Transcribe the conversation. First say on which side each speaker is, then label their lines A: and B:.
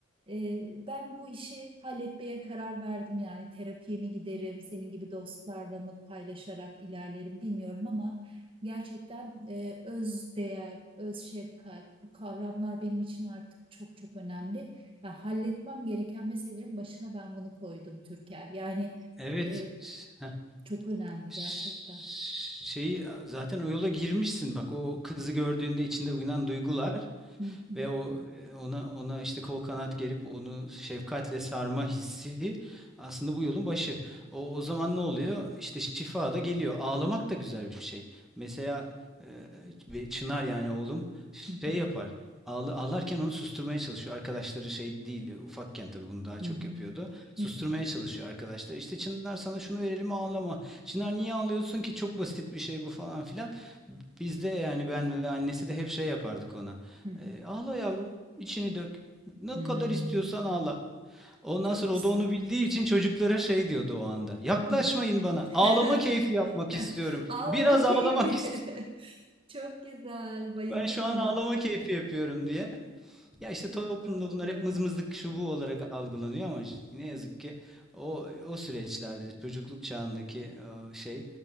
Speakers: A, on the right (about 30°); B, in the centre.
A: Ee, ben bu işi halletmeye karar verdim yani terapiye mi giderim, senin gibi dostlarla mı paylaşarak ilerlerim bilmiyorum ama gerçekten e, öz değer, öz şefkat bu kavramlar benim için artık çok çok önemli. Ya halletmem gereken meselelerin başına ben bunu koydum Türker. Yani
B: Evet.
A: e,
B: Ş- heh.
A: çok önemli
B: Ş-
A: gerçekten.
B: Şeyi zaten o yola girmişsin. Bak o kızı gördüğünde içinde uyanan duygular
A: Hı hı,
B: ve o ona ona işte kol kanat gerip onu şefkatle sarma hissi aslında bu yolun başı. O o zaman ne oluyor? İşte şifa da geliyor. Ağlamak da güzel bir şey. Mesela e, Çınar yani oğlum
A: hı hı,
B: şey yapar. Ağla, ağlarken onu susturmaya çalışıyor. Arkadaşları şey değil, ufakken tabii bunu daha çok
A: hı hı,
B: yapıyordu. Susturmaya
A: hı hı,
B: çalışıyor arkadaşlar. İşte Çınar sana şunu verelim ağlama. Çınar niye ağlıyorsun ki? Çok basit bir şey bu falan filan. Biz de yani ben ve annesi de hep şey yapardık ona.
A: hı hı.
B: Ee, ağla yavrum, içini dök. Ne
A: Hmm,
B: kadar istiyorsan ağla. Ondan
A: çok
B: sonra
A: güzel.
B: o da onu bildiği için çocuklara şey diyordu o anda. Yaklaşmayın
A: Hı.
B: bana. Ağlama
A: <laughs>
B: keyfi yapmak
A: <laughs>
B: istiyorum.
A: Ağlama
B: Biraz
A: keyfi.
B: ağlamak istiyorum.
A: <laughs> Çok güzel. Bayıldım
B: Ben şu an
A: buna.
B: ağlama keyfi yapıyorum diye. Ya işte
A: Çok
B: toplumda
A: tatlı.
B: bunlar hep mızmızlık şu bu olarak algılanıyor ama ne yazık ki o o süreçlerde çocukluk çağındaki e, şey